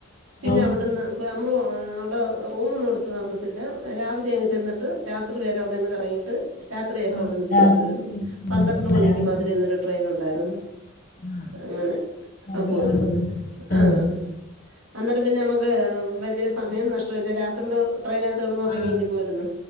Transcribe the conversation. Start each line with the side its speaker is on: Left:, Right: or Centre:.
Right: പിന്നെ
Left: ആ
Right: അവിടുന്ന്
Left: ശരി.
Right: പ്പോ നമ്മള് അവിടെ റൂമൊന്നും എടുത്ത് താമസ്ച്ചില്ലാ, രാവിലെ അങ്ങ് ചെന്നിട്ട് രാത്രി വെരേ അവിടെ നിന്ന് കറങ്ങിയിട്ട് രാത്രിയായപ്പോ
Left: ആ,
Right: അവിടുന്ന് തിരിച്ചു
Left: രാത്രി
Right: വരുന്നു,
Left: തിരിച്ചു പോന്നു
Right: പന്ത്രണ്ട്
Left: ആ
Right: മണിക്ക്
Left: രാവിലെ
Right: മധുരേന്ന് ഒരു ട്രെയിൻ ഉണ്ടായിരുന്നു.
Left: ആ,
Right: അങ്ങനെ
Left: രാവിലെ
Right: ആ പോരുന്നു
Left: ആവുമ്പോ ഇവിടെ എത്തി ആ
Right: ആഹ് അന്ന്ട്ട് പിന്നെ നമ്മക്ക് വല്യ സമയം നഷ്ടവില്ല രാത്രില് ട്രൈയിനാത്ത് കെടന്ന് ഒറങ്ങിങ്ങ്
Left: ആ
Right: പോരുന്നു